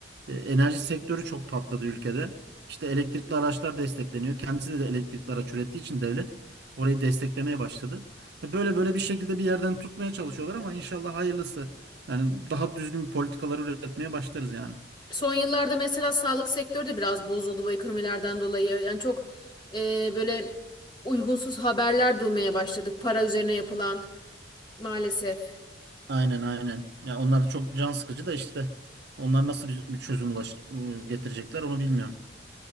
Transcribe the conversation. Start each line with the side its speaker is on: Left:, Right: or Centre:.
Right: E, Enerji sektörü çok patladı ülkede. İşte elektrikli araçlar destekleniyor. Kendisi de, de elektrikli araç ürettiği için devlet orayı desteklemeye başladı. E, Böyle böyle bir şekilde bir yerden tutmaya çalışıyorlar ama inşallah hayırlısı. Yani daha düzgün politikalar üretmeye başlarız yani.
Left: Son yıllarda mesela sağlık sektörü de biraz bozuldu bu ekonomilerden dolayı. Yani çok e, böyle uygunsuz haberler duymaya başladık. Para üzerine yapılan maalesef.
Right: Aynen aynen. Ya onlar da çok can sıkıcı da işte onlar nasıl bir bir çözüm ulaş- getirecekler onu bilmiyorum.